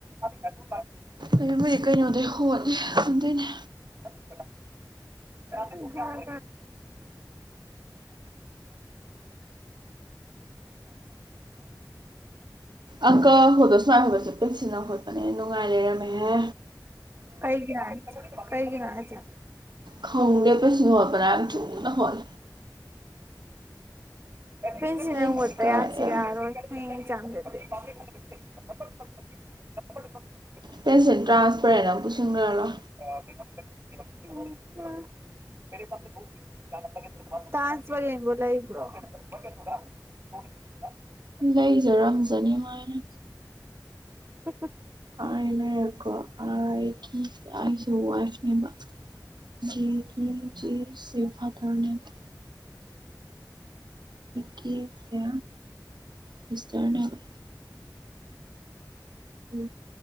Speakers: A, on the right; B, on the right.
A: ꯑꯗꯨ
B: ꯑꯗꯨꯕꯗꯤ ꯀꯩꯅꯣꯗꯩ ꯍꯣꯠꯂꯤ ꯑꯗꯨꯗꯣꯏꯅꯦ
A: <unintelligible> ꯎ ꯎ ꯑꯝ
B: ꯑꯪꯀ ꯍꯣꯗꯣ ꯁꯨꯉꯥꯏ ꯍꯣꯕꯁꯦ ꯄꯦꯛꯁꯤꯟꯅ ꯈꯣꯠꯄꯅꯦ ꯅꯨꯡꯉꯥꯏꯔꯦꯔꯝꯃꯦꯍꯦ
A: ꯑꯩꯒꯤ ꯀꯒꯤꯅꯆꯥ
B: ꯈꯥꯎꯗꯦ ꯄꯩꯁꯨ ꯭ꯔꯥꯝꯁꯨꯅ ꯍꯣꯜ
A: ꯄꯟꯁꯤꯅꯠꯇ
B: ꯍꯩꯁꯀ
A: ꯌꯥꯁꯤꯔ
B: ꯑꯦꯝ
A: ꯆꯦ <unintelligible>
B: ꯄꯦꯟꯁꯦꯟꯇ꯭ꯔꯥꯁ ꯄꯔꯅ ꯑꯃ ꯄꯨꯁꯤꯟꯈ꯭ꯔ ꯂꯣ
A: ꯇꯁ ꯐꯂ
B: ꯂꯩꯖꯔꯝꯖꯅꯤꯃꯥꯏꯅ
A: ꯎ
B: ꯍꯥꯏ ꯂꯩꯔꯦꯀꯣ ꯑꯩꯒꯤ ꯑꯩꯁꯦ ꯋꯥꯏꯐꯅꯦꯕ ꯀꯦꯒꯤ ꯦꯦꯛꯁꯦ ꯐꯥꯗꯔꯅꯦꯕ ꯀꯦ ꯀꯁꯦ ꯁꯤꯁꯇꯔꯅꯦꯕ ꯍ